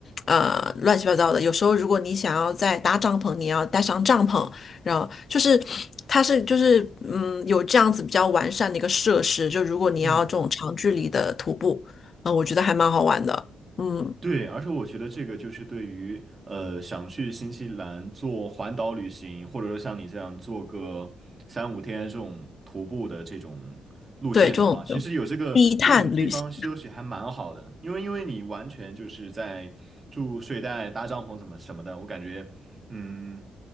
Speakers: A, on the left; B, on the right.
A: 呃，乱七八糟的。有时候如果你想要再搭帐篷，你要带上帐篷，然后就是它是就是嗯有这样子比较完善的一个设施，就如果你要这种长距离的徒步，
B: 嗯。
A: 嗯、我觉得还蛮好玩的。嗯，
B: 对，而且我觉得这个就是对于呃想去新西兰做环岛旅行，或者说像你这样做个三五天这种徒步的这种路线的话，
A: 对，这种这种低碳旅行。
B: 其实有这个这种地方休息还蛮好的，因为因为你完全就是在住睡袋、搭帐篷怎么什么的，我感觉嗯。